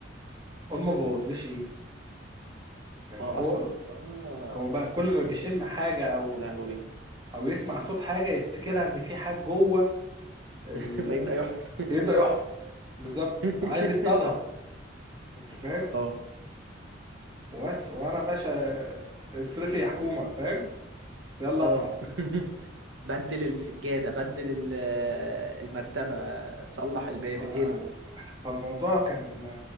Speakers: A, on the right (about 20°); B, on the right (about 80°).
A: قول ما بوظليش ايه
B: مم.
A: يعني
B: اه
A: هو
B: اصلا اه
A: هو بقى كل ما بيشم حاجة او
B: يا لهوي
A: او يسمع صوت حاجة يفتكرها ان في حاجة جوه ال...
B: <laughs> فيبدأ يحفر
A: يبدأ يحفر بالظبط
B: <laughs>
A: عايز يصطادها انت فاهم
B: اه
A: وبس وانا باشا اصرفي يا حكومه فاهم يلا
B: اه
A: ادفع
B: <laughs> بدل السجادة بدل ال- آه، المرتبة صلح الباب
A: ف-
B: ادهنه
A: فالموضوع كان